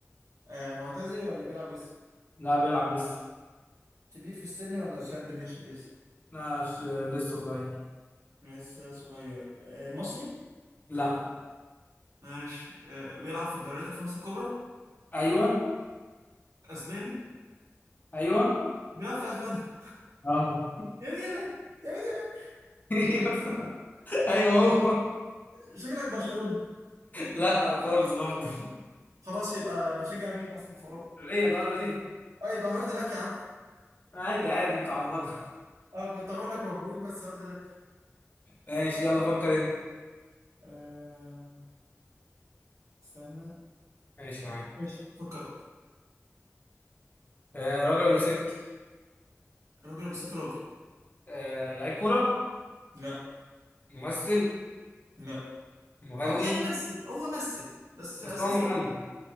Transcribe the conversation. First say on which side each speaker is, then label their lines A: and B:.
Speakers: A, on the right; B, on the left.
A: آه معتزل ولا بيلعب لسه
B: لا بيلعب لسه
A: كبير في السن ولا شاب بنشئ لسه
B: لا ش- لسه صغير
A: لسه صغير آه مصري
B: لا
A: ماشي آه بيلعب في الدوريات الخمسة الكبرى
B: ايوه
A: اسباني
B: ايوه
A: بيلعب في اسبانيا
B: اه
A: يمين يمين يمين يمين
B: <laughs> ايوه هو
A: شكلك برشلونة
B: لا خالص برضه
A: خلاص يبقى بتشجع مين اصلا في اوروبا
B: ريا لا ريا
A: اه يبقى هارد لك يا عم
B: عادي عادي متعوضه
A: اه كنت هقول لك مبروك بس هارد لك
B: ماشي يلا فكر انت
A: آه استنى
B: ماشي معاك
A: ماشي فكرت
B: آه راجل ولا ست
A: راجل ولا ست راجل
B: آه، لعيب كرة
A: لا
B: ممثل
A: لا
B: مغني
A: او يعني مثل هو مثل بس اساسا
B: بس هو مغني
A: مط...